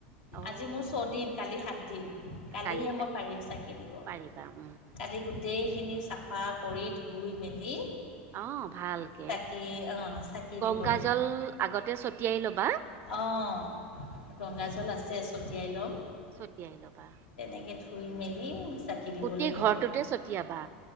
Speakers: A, on the right (about 40°); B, on the left (about 70°).
A: অ',
B: আজি মোৰ ছয়দিন, কালি সাত দিম, কালিহে
A: কালি কালি
B: মই পাৰিম চাগে দিব।
A: পাৰিবা উম।
B: কালি <unintelligible> টেইখিনি চাফা কৰি ধুই মেলি
A: অ' ভালকে,
B: চাকি অ চাকি
A: গংগাজল
B: দিব
A: আগতে ছটিয়াই ল'বা।
B: অহ গংগাজল আছে ছটিয়াই ল'ম,
A: ছটিয়াই লবা।
B: তেনেকৈ ধুই-মেলি চাকি দিব
A: গোটেই
B: লাগিব।
A: ঘৰটোতে ছটিয়াবা।